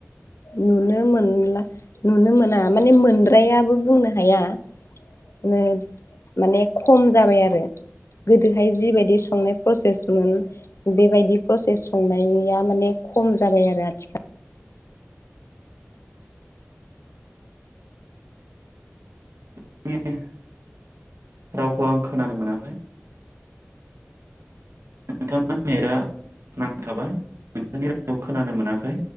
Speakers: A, on the left; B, on the right.
A: नुनो मोनला, नुनो मोना माने मोनद्रायाबो बुंनो हाया। ने माने खम जाबाय आरो। गोदोहाय जिबायदि संनाय प्रसेसमोन बेबायदि प्रसेस संनाया माने खम जाबाय आरो आथिखाल
B: <unintelligible> रावखौ आं खोनानो मोनाखै। नोंथांना नेटआ नांथाबाय, नोंथांनि रावखौ खोनानो मोनाखै।